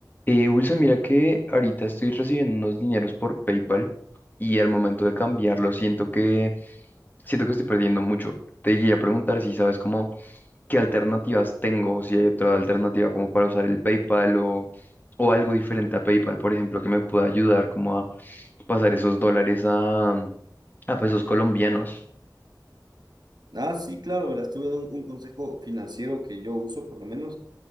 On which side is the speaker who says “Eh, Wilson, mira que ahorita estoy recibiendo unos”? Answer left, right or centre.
Left